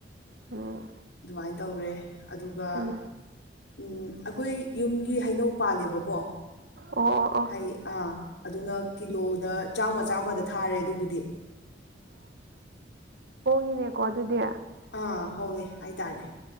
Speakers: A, on the right; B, on the left.
A: ꯎꯝ
B: ꯑꯗꯨꯃꯥꯏꯅ ꯇꯧꯔꯦ ꯑꯗꯨꯒ
A: ꯎꯝ
B: ꯎꯝ ꯑꯩꯈꯣꯏ ꯌꯨꯝꯒꯤ ꯍꯩꯅꯧ ꯄꯥꯜꯂꯦꯕꯀꯣ
A: ꯑꯣ ꯑꯣ ꯑꯣ
B: ꯍꯩ ꯑꯥ ꯑꯗꯨꯅ ꯀꯤꯂꯣꯗ ꯆꯥꯝꯃ ꯆꯥꯝꯃꯗ ꯊꯥꯔꯦ ꯑꯗꯨꯕꯨꯗꯤ
A: ꯏꯅꯦꯀꯣ ꯑꯗꯨꯗꯤ
B: ꯑꯥ ꯍꯣꯡꯉꯦ ꯍꯥꯏꯇꯥꯔꯦ